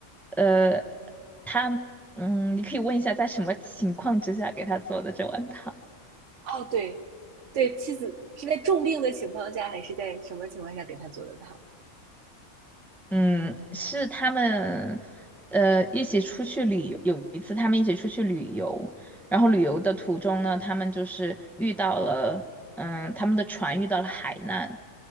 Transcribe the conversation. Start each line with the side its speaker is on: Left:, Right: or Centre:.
Centre: 呃，他嗯，你可以问一下在什么情况之下给他做的这碗汤。
Right: 哦，对，对，妻子是在重病的情况下，还是在什么情况下给他做的汤？
Centre: 嗯，是他们，呃，一起出去旅游。有一次，他们一起出去旅游，然后旅游的途中呢，他们就是遇到了，嗯，他们的船遇到了海难，